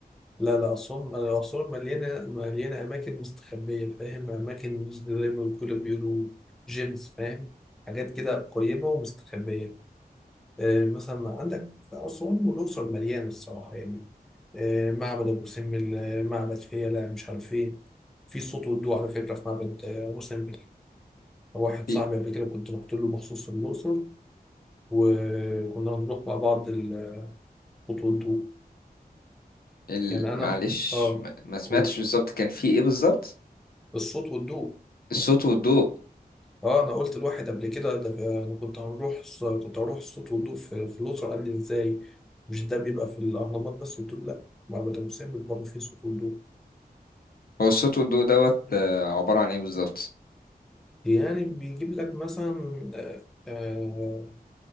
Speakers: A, in the centre; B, on the left.
A: لا لا أسوان أسوان مليانة مليانة أماكن مستخبية فاهم أماكن مش زي ما بيقولوا بيقولوا جيمز فاهم حاجات كده قريبة ومستخبية آه مثلا عندك في أسوان والأقصر مليانة الصراحة يعني آه معبد أبو سمبل آه، معبد فيلة مش عارف إيه في صوت ودو على فكرة في معبد آه، أبو سمبل واحد
B: في
A: صاحبي قبل كده كنت رحت له مخصوص الأقصر وكنا هنروح مع بعض الصوت والضوء
B: ال...
A: يعني
B: معلش
A: أنا آه
B: ما ما سمعتش
A: أقول
B: بالظبط كان في إيه بالظبط
A: الصوت والضوء
B: الصوت والضوء
A: اه انا قلت الواحد قبل كده ده انا كنت هنروح الص- كنت هروح الصوت والضوء في في الاسره قال لي ازاي مش ده بيبقى في الاهرامات بس قلت له لا معبد ابو سمبل برضه فيه صوت والضوء
B: هو الصوت والضوء دوت آه، عبارة عن إيه بالظبط
A: يعني بيجيب لك مثلا آه، آه،